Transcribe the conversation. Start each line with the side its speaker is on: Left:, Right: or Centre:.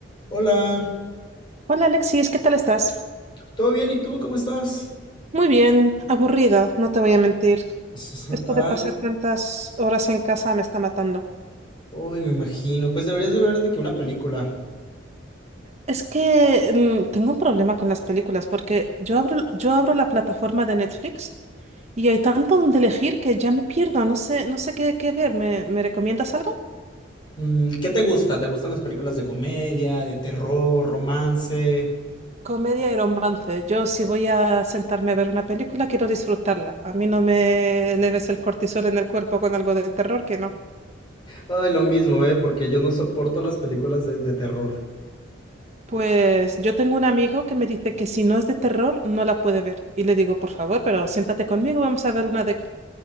Left: Hola,
Right: Hola Alexis, ¿qué tal estás?
Left: ¿todo bien? ¿Y tú cómo estás?
Right: Muy bien, aburrida, no te voy a mentir.
Left: <laughs>
Right: Esto de
Left: Ay,
Right: pasar tantas horas en casa me está matando.
Left: uy, me imagino. Pues deberías de ver de que una película.
Right: Es que mm, tengo un problema con las películas porque yo abro, yo abro la plataforma de Netflix y hay tanto donde elegir que ya me pierdo, no sé, no sé qué, qué ver. ¿Me, me recomiendas algo?
Left: Mm, ¿Qué te gusta? ¿Te gustan las películas de comedia, de terror, romance?
Right: Comedia y romance. Yo si voy a sentarme a ver una película quiero disfrutarla. A mí no me leves el cortisol en el cuerpo con algo de terror que no.
Left: Ay, lo mismo, ¿eh? Porque yo no soporto las películas de, de terror.
Right: Pues yo tengo un amigo que me dice que si no es de terror, no la puede ver. Y le digo, por favor, pero siéntate conmigo, vamos a ver una de,